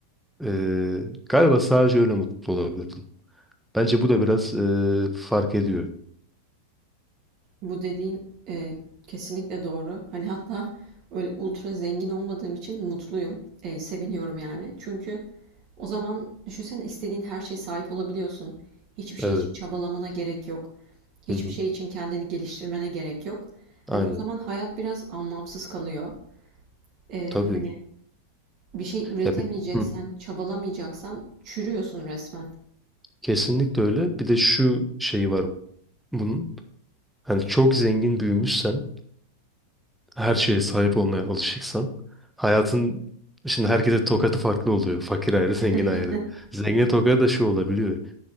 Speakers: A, in the centre; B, on the right (about 40°).
A: eee, galiba sadece öyle mutlu olabilirdin. Bence bu da biraz eee, fark ediyor.
B: Bu dediğin e, kesinlikle doğru. Hani hatta öyle ultra zengin olmadığım için mutluyum. E, seviniyorum yani. Çünkü o zaman düşünsene istediğin her şeye sahip olabiliyorsun. Hiçbir şey
A: Evet.
B: için çabalamana gerek yok. Hiçbir
A: Hı hı.
B: şey için kendini geliştirmene gerek yok. Hani
A: Aynen.
B: o zaman hayat biraz anlamsız kalıyor. E,
A: Tabii.
B: hani bir şey üretemeyeceksen,
A: Ya bir, Hı.
B: çabalamayacaksan çürüyorsun resmen.
A: kesinlikle öyle. Bir de şu şey var bunun. Hani çok zengin büyümüşsen, her şeye sahip olmaya alışıksan, hayatın şimdi herkese tokatı farklı oluyor. Fakir ayrı, zengin
B: <laughs>
A: ayrı. Zengin tokadı da şu olabiliyor.